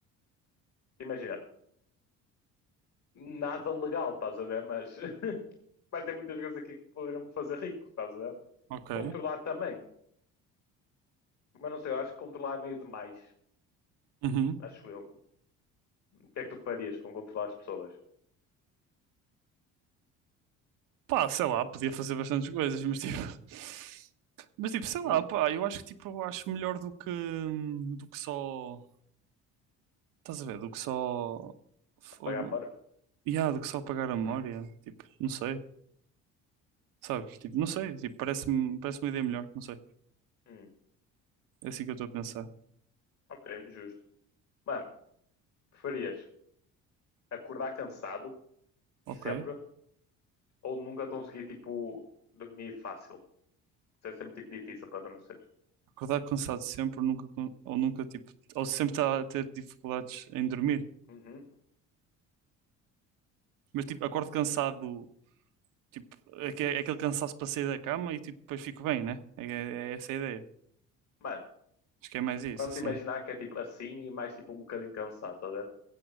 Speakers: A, on the left; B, on the right.
A: imagina, nada legal, estás a ver? Mas, <laughs> mas tem muitas coisas aqui que poderiam me fazer rico, estás a ver?
B: Ok.
A: Controlar também. Mas não sei, eu acho que controlar é meio demais.
B: Uhum.
A: Acho eu. O que é que tu farias com controlar as pessoas?
B: Pá, sei lá, podia fazer bastantes coisas, mas tipo. <laughs> Mas tipo, sei lá,
A: Hum.
B: pá, eu acho que tipo, eu acho melhor do que do que só. Estás a ver? Do que só. Fogo.
A: Apagar a memória?
B: Yeah, do que só apagar a memória. Tipo, não sei. Sabes? Tipo, não sei. Tipo, parece-me parece uma ideia melhor, não sei.
A: Hum,
B: É assim que eu estou a pensar.
A: ok, justo. Mano, preferias acordar cansado,
B: Ok.
A: sempre, ou nunca conseguir, tipo, dormir fácil. Isso é sempre, tipo, difícil para adormecer.
B: Acordar cansado sempre, nunca, con- ou nunca, tipo, ou sempre estar a ter dificuldades em dormir.
A: Uhum.
B: Mas, tipo, acordo cansado, tipo, é que- é é aquele cansaço para sair da cama e, tipo, depois fico bem, né? É, é- é essa a ideia.
A: Mano,
B: Acho que é mais isso,
A: vamos
B: sim.
A: imaginar que é, tipo, assim e mais, tipo, um bocadinho cansado, tá a ver?